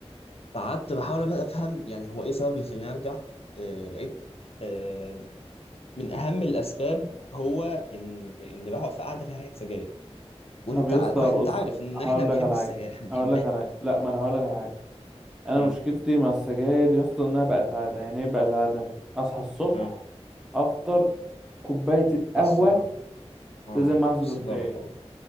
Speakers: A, on the left (about 65°); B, in the centre.
A: فقعدت بحاول بقى افهم يعني هو ايه السبب اللي خلاني ارجع آه، لقيت آه، من اهم الاسباب هو ان ان بقعد في قعده فيها ريحه سجاير وانت
B: طب يا
A: ع...
B: اسطى
A: وانت
B: بص
A: عارف ان
B: هقول
A: احنا بنحب
B: لك على
A: السجاير
B: حاجه
A: احنا بنحبها
B: هقول لك على حاجه لا ما انا هقول لك على حاجه انا
A: مم.
B: مشكلتي مع السجاير يا اسطى انها بقت عاده يعني ايه بقت عاده اصحى الصبح
A: مم.
B: افطر كوبايه القهوه
A: بس السجارة اه
B: لازم معاها سجارتين
A: السيجاره طبعا